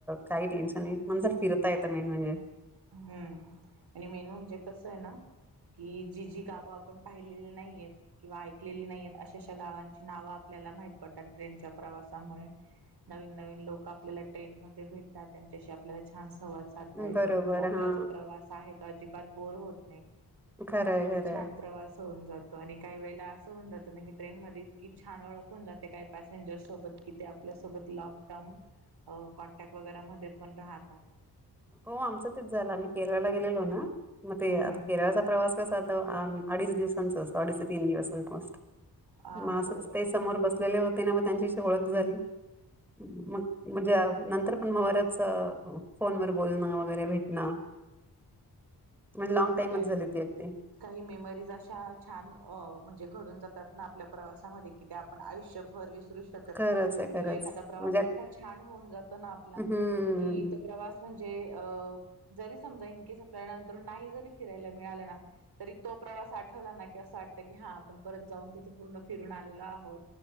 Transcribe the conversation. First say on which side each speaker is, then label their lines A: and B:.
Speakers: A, in the centre; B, on the right.
A: काही टेन्शन नाही माणसाला फिरता येत मेन म्हणजे
B: हम्म आणि मेन म्हणजे कसं आहे ना कि जी जी गावं आपण पाहिलेली नाहीयेत किंवा ऐकलेली नाहीयत अशा-अशा गावांची नावं आपल्याला माहित पडतात ट्रेनच्या प्रवासामुळे नवीन-नवीन लोकं आपल्याला ट्रेंनमध्ये भेटतात त्यांच्याशी आपल्याला छान संवाद साधता येतो
A: बरोबर
B: म्हणजे आपला
A: हा
B: जो प्रवास आहे तो अजिबात बोर होत नाही.
A: खरंय खरंय
B: छान प्रवास होऊन जातो आणि काही वेळेला असं होऊन जातं ना की ट्रेन मध्ये इतकी छान ओळख होऊन जाते काही पॅसेंजर सोबत कि ते आपल्यासोबत लॉंग टर्म हो कॉन्टॅक्ट वगैरेमध्ये पण राहतात.
A: हो आमचं तेच झालं आम्ही केरळला गेलेलो ना मग ते
B: हम्म
A: आता
B: हम्म
A: केरळचा प्रवास कसा तो अडीच दिवसांचा असतो. अडीच ते तीन दिवस मस्त
B: हा
A: मा असच
B: बरोबर
A: ते समोर बसलेले होते ना मग त्यांच्याशी ओळख झाली. मग म्हणजे नंतर पण मग बऱ्याच फोनवर बोलणं वगैरे भेटणं म्हणजे लॉग टाईमच
B: काय
A: झाली ती अगदी
B: काही मेमरीज अशा छान म्हणजे घडून जातात आपल्या प्रवासामध्ये कि त्या आपण आयुष्यभर विसरू श कत
A: खरंच
B: नाही
A: आहे खरंच
B: किंवा एखादा प्रवास
A: म्हणजे अग
B: इतका छान होऊन जातो ना आपला
A: हम्म
B: कि तो प्रवास म्हणजे अ जरी समजा इनकेस आपल्याला नंतर नाही जरी फिरायला मिळालं ना तरी तो प्रवास आठवला ना की असं वाटतं की हा आपण परत जाऊन तिथे पूर्ण फिरून आलेलो आ होत